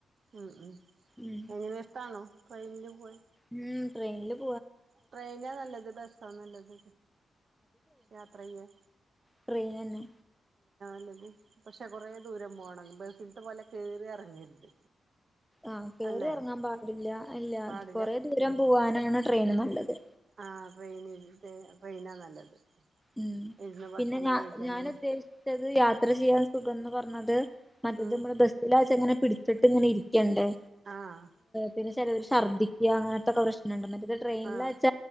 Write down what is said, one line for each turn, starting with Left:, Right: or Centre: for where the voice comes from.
Right: ഉം ഉം
Centre: ഉം
Right: എങ്ങനെ ഇഷ്ടാണോ ട്രെയിനില് പോവാൻ?
Centre: ഉം ട്രെയിനിലും
Right: ട്രെയിനാ നല്ലത്, ബസ്സാ നല്ലത്, യാത്ര ചെയ്യാൻ?
Centre: ട്രെയിൻ തന്നെ.
Right: ന്നത് പക്ഷെ കൊറെേ ദൂരം പോണം, ബസിലത്തെ പോലെ കേറി ഇറങ്ങരുത്.
Centre: ആഹ് കേറി
Right: അല്ലെ
Centre: ഇറങ്ങാൻ പാടില്ല, അല്ല
Right: പാടില്ല
Centre: കൊറെ ദൂരം പോവാനാണ് ട്രെയിൻ നല്ലത്.
Right: ആഹ് ട്രെയിന്, ട്രെയിനാ നല്ലത്.
Centre: ഉം,
Right: ഇരുന്ന് ഭക്ഷണം
Centre: പിന്നെ ഞാ
Right: കഴിക്കാനും
Centre: ഞാൻ ഉദ്ദേശിച്ചത് യാത്ര ചെയ്യാൻ സുഖംന്ന് പറഞ്ഞത് മറ്റത്
Right: ഉം
Centre: നമ്മുടെ ബസ്സലാച്ചങ്ങനെ പിടിച്ചിട്ട് ഇങ്ങനെ ഇരിക്കണ്ടേ?
Right: ആഹ്
Centre: പിന്നെ ചേലോര് ശ ഛർദ്ദിക്കുക അങ്ങനത്തെൊക്കെ പ്രശ്നുണ്ട്, മറ്റേത് ട്രെയിനിലാച്ച
Right: ആഹ്